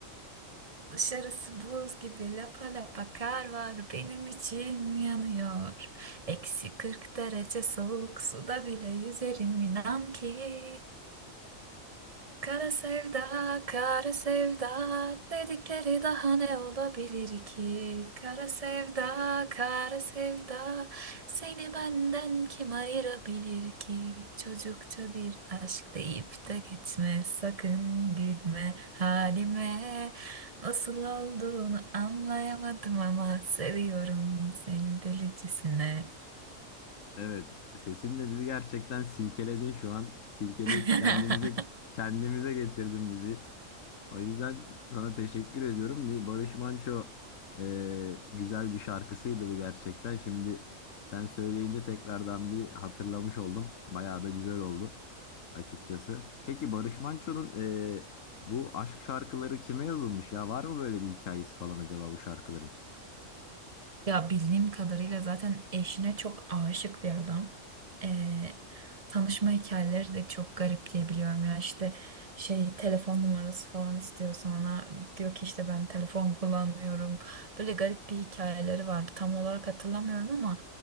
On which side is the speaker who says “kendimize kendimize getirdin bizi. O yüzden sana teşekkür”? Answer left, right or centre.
Left